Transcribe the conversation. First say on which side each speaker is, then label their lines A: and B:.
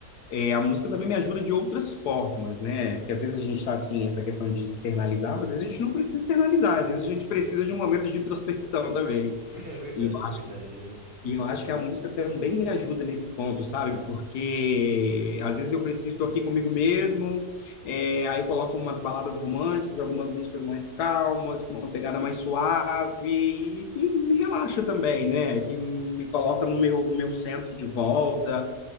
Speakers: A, on the left (about 80°); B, on the right (about 40°).
A: é, a música também me ajuda de outras formas, né? Porque às vezes a gente está assim, essa questão de externalizar, mas às vezes a gente não precisa externalizar, às vezes a gente precisa de um momento de introspecção também.
B: É verdade,
A: E eu
B: é verdade,
A: acho,
B: né?
A: E eu acho que a música também me ajuda nesse ponto, sabe? Porque às vezes eu preciso, estou aqui comigo mesmo, é, aí eu coloco umas baladas românticas, algumas músicas mais calmas, com uma pegada mais suave, e que me relaxa também, né? Que me coloca no meu, meu centro de volta.